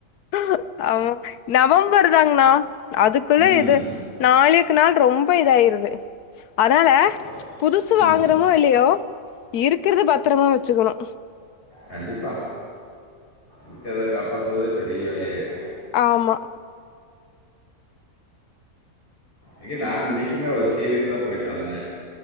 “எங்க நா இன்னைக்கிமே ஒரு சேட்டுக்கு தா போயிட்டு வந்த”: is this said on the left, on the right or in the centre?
Left